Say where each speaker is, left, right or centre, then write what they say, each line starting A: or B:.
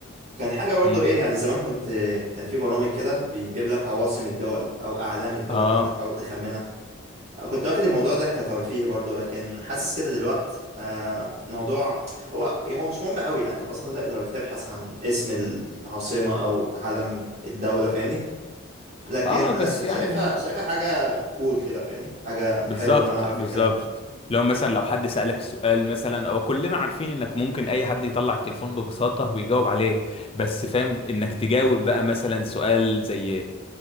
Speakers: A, on the right (about 45°); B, on the left (about 25°).
A: كان حاجه برضو
B: مم.
A: ايه يعني زمان كنت كان في برامج كده بيجيب لك عواصم الدول او اعلام الدول
B: اه
A: وانت تحاول تخمنها كنت واخد الموضوع ده كترفيه برضو لكن حاسس كده دلوقت آه، موضوع هو هو مش مهم قوي يعني انت ببساطة تقدر تبحث عن اسم العاصمة او علم الدولة فاهمني لكن
B: اه
A: انا
B: بس
A: شا- شايفها
B: يعني
A: شايفها حاجة كول كده فاهمني حاجة
B: بالظبط
A: حلوة ان انا اعرف
B: بالظبط
A: الكلام ده
B: لو مثلا لو حد سألك السؤال مثلا او كلنا عارفين انك ممكن اي حد يطلع التليفون ببساطة ويجاوب عليه بس فاهم انك تجاوب بقى مثلا سؤال زي